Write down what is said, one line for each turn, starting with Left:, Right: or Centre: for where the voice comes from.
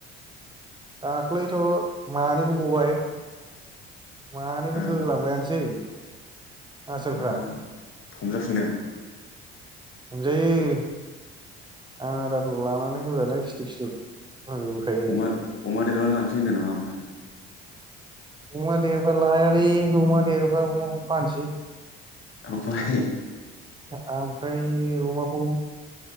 Right: दाख्लैथ' मानैबो गबाय मानैबो
Left: ओ
Right: होलांबायानोसै। आसोलफ्रा
Left: ओमफ्राय हमजाफिनदों?
Right: हमजायो। आदारल' लानां आं फैबाथाय खिथु खिथु होबोखायो
Left: अमा अमा देरबा लानोसै होनदों नामा ओमफ्राय
Right: अमा देरबा लायालै अमा देरबा अमाखौ फाननोसै।
Left: ओमफ्राय
Right: आ-ओमफ्राय अमाखौ